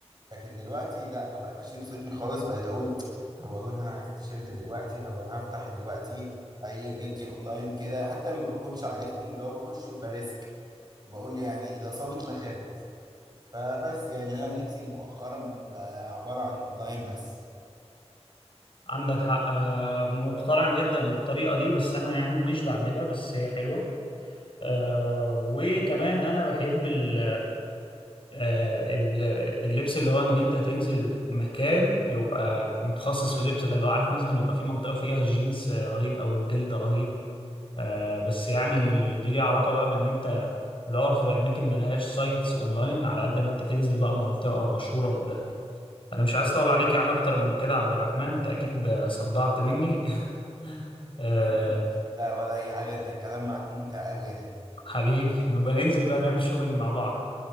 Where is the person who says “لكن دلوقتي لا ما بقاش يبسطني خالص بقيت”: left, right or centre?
Right